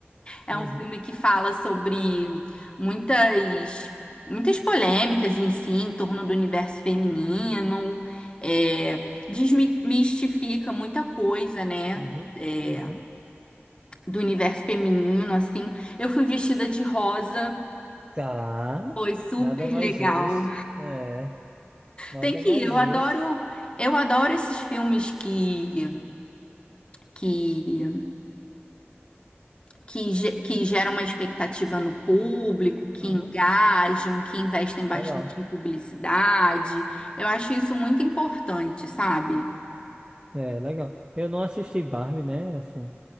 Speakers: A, on the left; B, on the right.
A: É
B: Uhum,
A: um filme que fala sobre muitas, muitas polêmicas em si, em torno do universo feminino. É, desmistifica muita coisa, né?
B: uhum,
A: É,
B: uhum.
A: do universo feminino, assim. Eu fui vestida de rosa.
B: Tá,
A: Foi super
B: nada mais
A: legal.
B: justo. É. Nada
A: Tem que
B: mais
A: ir. Eu
B: justo.
A: adoro, eu adoro esses filmes que, que que, ge- que geram uma expectativa no público, que
B: Uhum,
A: engajam, que investem bastante
B: legal.
A: em publicidade. Eu acho isso muito importante, sabe?
B: É, legal. Eu não assisti Barbie, né? Assim,